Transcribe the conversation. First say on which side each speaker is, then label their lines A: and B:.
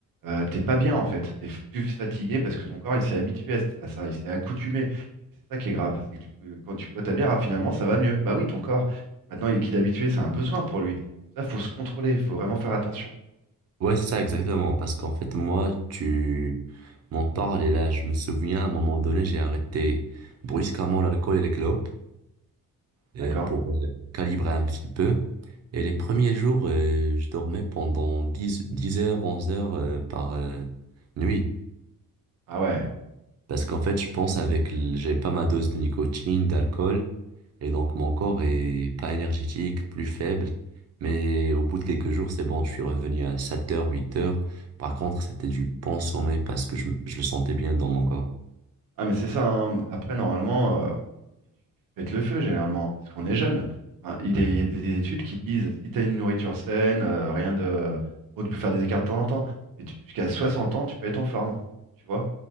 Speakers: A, on the right; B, on the right.
A: euh, t'es pas bien, en fait. T'es f- plus fatigué parce que ton corps, il s'est habitué à, c- à ça, il s'est accoutumé. Et c'est ça qui est grave, c'est que tu- que quand tu bois ta bière, ah, finalement, ça va mieux. Bah oui, ton corps, maintenant, il est qu'il est habitué, c'est un besoin pour lui. Ça, faut se contrôler, faut vraiment faire attention.
B: Ouais, c'est ça, exactement. Parce qu'en fait, moi, tu m'en parles et là, je me souviens, à un moment donné, j'ai arrêté brusquement l'alcool et les clopes euh,
A: D'accord?
B: pour euh, calibrer un petit peu. Et les premiers jours, euh, je dormais pendant dix dix heures, 11 heures euh, par euh, nuit.
A: Ah ouais.
B: Parce qu'en fait, je pense avec, l- j'ai pas ma dose de nicotine, d'alcool, et donc mon corps est pas énergétique, plus faible. Mais au bout de quelques jours, c'est bon, je suis revenu à 7 heures, 8 heures. Par contre, c'était du bon sommeil parce que je, m- je le sentais bien dans mon corps.
A: Ah mais c'est ça, hein. Après normalement, euh, pète le feu généralement, parce qu'on est jeune. Enfin, il
B: Mhm.
A: est- il y a des études qui disent si tu as une nourriture saine, euh, rien de. Bon, tu peux faire des écarts de temps en temps, mais tu- jusqu'à 60 ans, tu peux être en forme, tu vois.